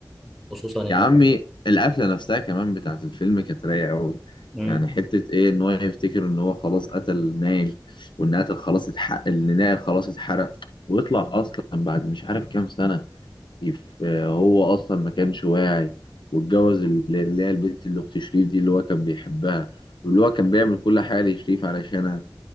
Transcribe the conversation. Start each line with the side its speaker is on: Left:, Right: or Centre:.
Centre: خصوصا انه
Left: يا عمي
Centre: حاجه
Left: القفلة نفسها كمان بتاعت الفيلم كانت رايقة أوي
Centre: مم.
Left: يعني حتة إيه إن هو يفتكر إن هو خلاص قتل نايل وإن قتل خلاص اتحقق إن نايل خلاص اتحرق ويطلع أصلا بعد مش عارف كام سنة يف... هو أصلا ما كانش واعي واتجوز اللي اللي هي البنت اللي أخت شريف دي اللي هو كان بيحبها واللي هو كان بيعمل كل حاجة لشريف علشانها